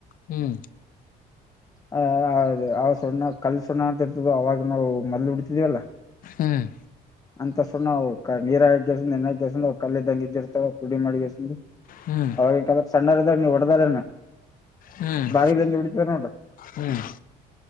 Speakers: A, on the left; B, on the left.
A: ಹ್ಮ್
B: ಹ ಹೌದದು ಅವ ಸಣ್ಣ ಕಲ್ ಸುಣ್ಣ ಅಂತ ಇರ್ತದ ಅವಾಗ ನಾವು ಮೊದ್ಲು ಹೊಡೀತಿದ್ದೇವ ಅಲ್
A: ಹ್ಮ್ಮ್
B: ಅಂತ ಸುಣ್ಣವು ಕ ನೀರಾಗ ಹಾಕೇಸಿನ್ ನೆನ್ಯಕೆಸಿಂದ ಕಲ್ಲದಂಗ ಇದ್ದಿರ್ತಾವ ಪುಡಿ ಮಾಡಿಕೆಸಿಂದ.
A: ಹ್ಮ್
B: ಅವಗಿನ ಕಾಲಕ್ಕ ಸಣ್ಣೂರ್ ಇದ್ದಾಗ್ ನೀವ್ ಹೊಡ್ <unintelligible>
A: ಹ್ಮ್
B: ಬಾರಿಲಿಂದ ಬಿಡಿತಾರ ನೋಡ್ರ
A: ಹ್ಮ್